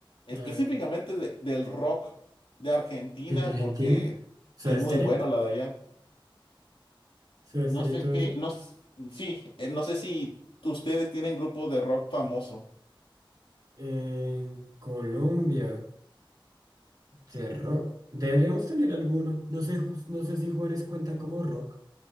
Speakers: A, on the left; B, on the right.
A: específicamente
B: ya,
A: de- del rock de Argentina,
B: Desde Argentina,
A: porque
B: Soda
A: es
B: Stereo,
A: muy buena la de allá.
B: Soda Stereo
A: No sé
B: y todo
A: qué,
B: eso.
A: no, s- sí, eh, no sé si ustedes tienen grupos de rock famoso.
B: En Colombia, de rock. Deberíamos tener alguno. No sé, ju- no sé si Juanes cuenta como rock.